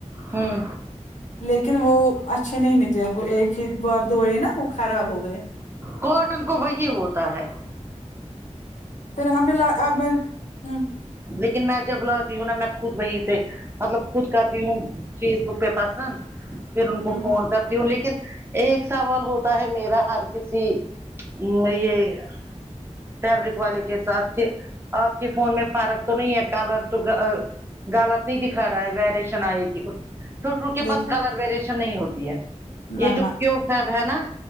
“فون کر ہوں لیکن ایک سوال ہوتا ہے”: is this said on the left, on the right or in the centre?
Right